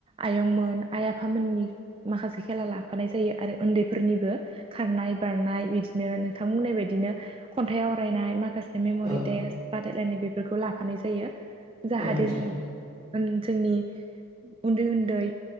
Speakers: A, on the right; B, in the centre.
A: आयंमोन आइ आफामोननि माखासे खेला ला फानाय जायो आरो उन्दैफोरनिबो खारनाय बारनाय बिदिनो नोंथांबुंनाय बायदिनो खन्थायाव सावरायनाय माखासे मेम'रि
B: औ
A: टेस्ट बादायलायनाय बेफोरखौ लाफानाय जायो जाहाथे
B: औ नोंथां औ नोंथां
A: जोङो जोंनि उन्दै उन्दै